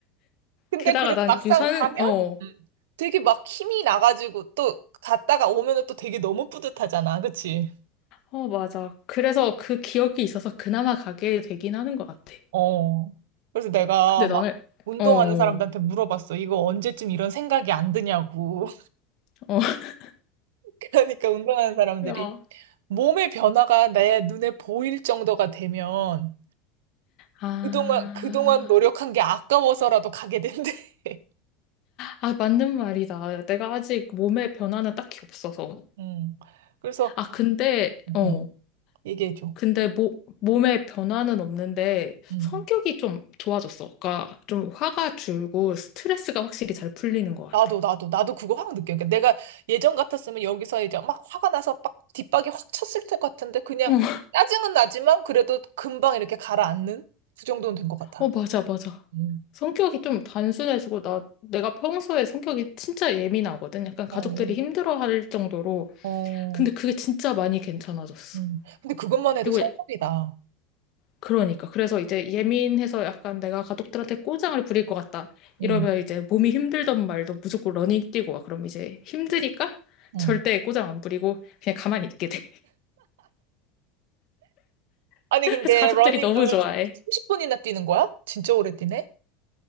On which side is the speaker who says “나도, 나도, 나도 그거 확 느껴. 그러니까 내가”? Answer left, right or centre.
Right